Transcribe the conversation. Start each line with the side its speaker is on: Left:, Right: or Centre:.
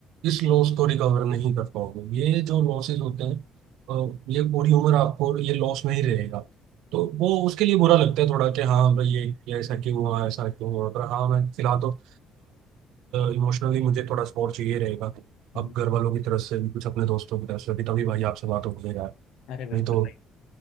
Right: इस लॉस को रिकवर नहीं कर पाओगे ये जो लॉसेस होते हैं अ, ये पूरी उम्र आपको ये लॉस में ही रहेगा तो वो उसके लिए बुरा लगता है थोड़ा कि हाँ भाई ये ये ऐसा क्यों हुआ ऐसा क्यों हुआ पर हाँ मैं फिलहाल तो इमोशनली मुझे थोड़ा सपोर्ट चाहिए रहेगा
Left: हम्म।
Right: अब घर वालों की तरफ से भी कुछ अपने दोस्तों की तरफ से भी तभी भाई आपसे बात हो गई यार
Left: अरे बिल्कुल
Right: नहीं तो
Left: भाई